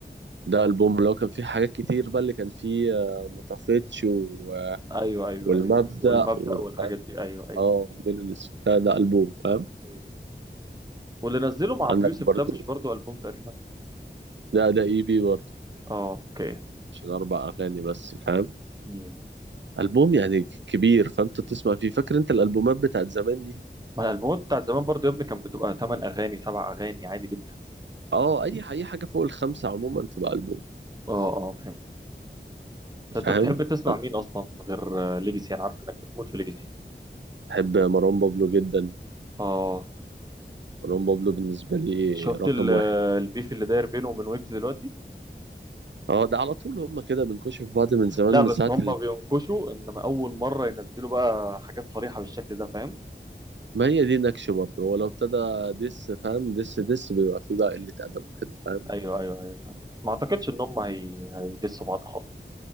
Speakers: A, on the right; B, on the right.
A: ده ألبوم اللي هو كان فيه حاجات كتير بقى اللي كان فيه آه، ما طفتش و... آه،
B: ايوه ايوه
A: والمبدأ
B: ايوه والمبدأ
A: وفاهم
B: والحاجات دي ايوه
A: اه من الاسم ده ده ألبوم فاهم
B: ايوه واللي نزله مع ابو
A: عندك
B: يوسف
A: برضو
B: ده مش برضو البوم تقريبا
A: ده ده اي بي برضو
B: اه اوكي
A: عشان أربع أغاني بس فاهم
B: مم.
A: ألبوم يعني كبير فأنت تسمع فيه فاكر أنت الألبومات بتاعت زمان دي
B: ما الالبومات بتاعت زمان برضو يا ابني كانت بتبقى 8 اغاني 7 اغاني عادي جدا
A: اه أي أي حاجة فوق الخمسة عموما تبقى ألبوم
B: اه اه فهمت طب انت
A: فاهم
B: بتحب تسمع
A: أنا
B: مين اصلا غير ليجاسي انا عارف انك بتموت في ليجاسي
A: بحب مروان بابلو جدا
B: اه
A: مروان بابلو بالنسبة لي
B: شفت
A: رقم
B: ال-
A: واحد
B: البيف اللي داير بينه وبين ويجز دلوقتي
A: اه ده على طول هما كده بنكشف بعض من زمان
B: لا
A: من
B: بس
A: ساعة
B: هم بينكشوا انما اول مره ينزلوا بقى حاجات صريحه بالشكل ده فاهم
A: ما هي دي نكش برضه هو لو ابتدى دس فاهم دس دس بيبقى فيه بقى قلة أدب وكده فاهم
B: ايوه ايوه ايوه أيوه. ما اعتقدش ان هم هي... هيدسوا بعض خالص